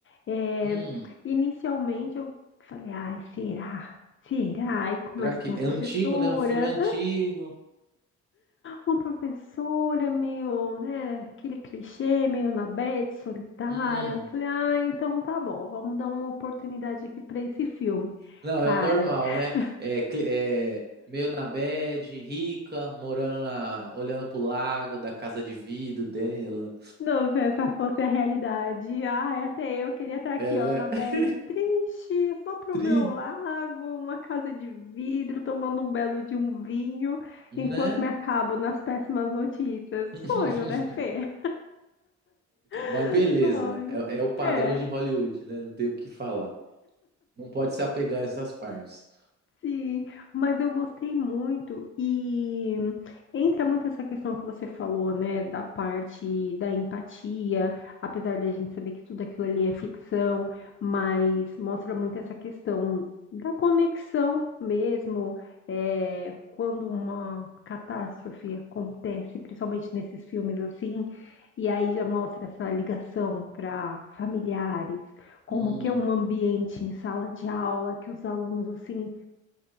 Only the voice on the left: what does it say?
é,
inicialmente eu falei, ai, será? Será? Aí começa
com uma
professora.
Uma professora meio, né, aquele clichê, meio na bad, solitária.
Eu falei, ah, então tá bom, vamos dar uma oportunidade aqui pra esse filme.
Cara,
<laughs>
não, se essa fosse a realidade, ai, até eu queria estar aqui,
ó, na
bad,
triste, só pro
meu lago, numa casa de vidro, tomando um belo de um vinho,
enquanto me acabo nas péssimas notícias.
Sonho, né, Fê?
<laughs>
Sonho.
É.
Sim, mas eu gostei muito e entra muito essa questão que você falou, né, da parte da empatia, apesar da gente saber que tudo aquilo ali é ficção, mas mostra muito essa questão da conexão mesmo, é, quando uma catástrofe acontece, principalmente nesses filmes assim, e aí já mostra essa ligação para familiares, como
que é um ambiente em sala de aula que os alunos assim